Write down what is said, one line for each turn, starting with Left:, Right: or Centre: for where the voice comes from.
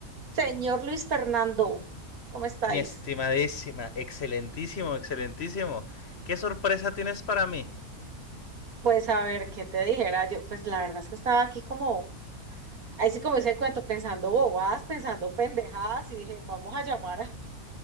Right: Señor Luis Fernando, ¿cómo estáis?
Left: Mi estimadísima, excelentísimo, excelentísimo. ¿Qué sorpresa tienes para mí?
Right: Pues a ver, ¿qué te dijera yo? Pues la verdad es que estaba aquí como, ahí sí como dice el cuento, pensando bobadas, pensando pendejadas, y dije, vamos a llamar a,